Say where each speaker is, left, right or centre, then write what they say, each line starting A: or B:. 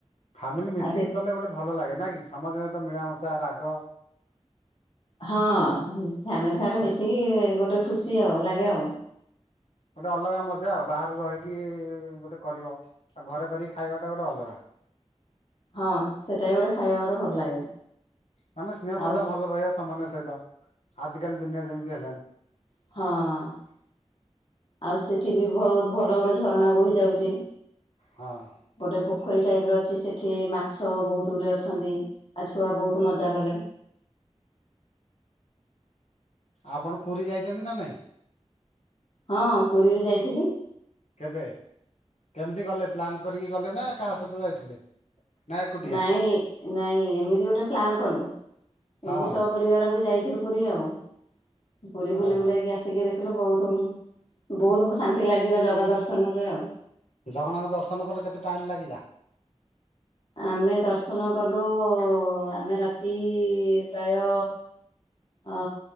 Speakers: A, on the left (about 75°); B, on the left (about 50°).
A: ଫାମିଲି ମିଶିକି
B: ଆଉ ସେଠି
A: କଲେ ଗୋଟେ ଭଲ ଲାଗେ ନା କି ସମସ୍ତଙ୍କ ସହିତ ମିଳାମଶା ରାଗ
B: ହଁ, ଫ୍ୟାମିଲି ସାରେ
A: ଗୋଟେ
B: ମିଶିକି ଗୋଟେ ଖୁସି ଆଉ ଲାଗେ ଆଉ।
A: ଗୋଟେ ଅଲଗା ମଜା ଆଉ। ବାହାରେ ରହିକି ଗୋଟେ କରିବ, ଆଉ ଘରେ କରିକି ଖାଇବାଟା ଗୋଟେ ଅଲଗା।
B: ହଁ, ସେଟା ବି ଗୋଟେ ଖାଇବା ଗୋଟେ ଭଲ ଲାଗେ।
A: ମାନେ ସ୍ନେହ ଶ୍ରଦ୍ଧା
B: ଆଉ
A: ଭଲ ରହିବା ସମ୍ବନ୍ଧ ସହିତ, ଆଜିକାଲି ଦୁନିଆ ଯେମିତି ହେଲାଣି।
B: ହଁ। ଆଉ ସେଠି ବି ବହୁତ ଭଲ ଗୋଟେ ଝରଣା ବୋହି ଯାଉଛି।
A: ହଁ।
B: ଗୋଟେ ପୋଖରୀ ଟାଇପ୍ ର ଅଛି ସେଠି ମାଛ ବହୁତ ଦୂରେ ଅଛନ୍ତି ଆଉ ଛୁଆ ବହୁତ ମଜା କଲେ।
A: ଆପଣ ପୁରୀ ଯାଇଛନ୍ତି ନା ନାଇଁ?
B: ହଁ ପୁରୀ ବି ଯାଇଥିଲି।
A: କେବେ? କେମିତି ଗଲେ? ପ୍ଲାନ୍ କରିକି ଗଲେ ନା କାହା ସହିତ ଯାଇଥିଲେ? ନା ଏକୁଟିଆ?
B: ନାଇଁ ନାଇଁ ଏମିତି ଗୋଟେ ପ୍ଲାନ୍ କଲୁ,
A: ହଁ
B: ଏମତି ସପରିବାର ବି ଯାଇ ଯାଇଥିଲୁ ପୁରୀ ଆଉ। ପୁରୀ ବୁଲି
A: ଓହୋ
B: ବୁଲାକି ଆସ ସେତିକି ଦେଖିଲୁ ବହୁତ, ବହୁତ ଶାନ୍ତି ଲାଗିଲା ଜଗା ଦର୍ଶନ ରେ ଆଉ।
A: ଜଗନ୍ନାଥ ଦର୍ଶନ କଲ କେତେ ଟାଇମ୍ ଲାଗିଲା?
B: ଆମେ ଦର୍ଶନ କଲୁ ଆମେ ରାତି ପ୍ରାୟ ଅ